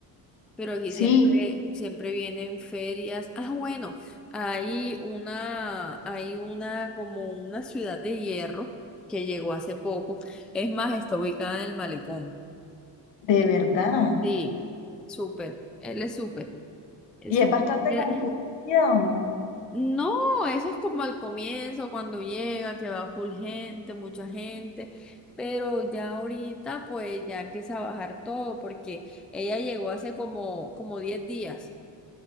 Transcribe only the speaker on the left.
Sí,
de
verdad.
¿Y es
bastante
concurrida o no?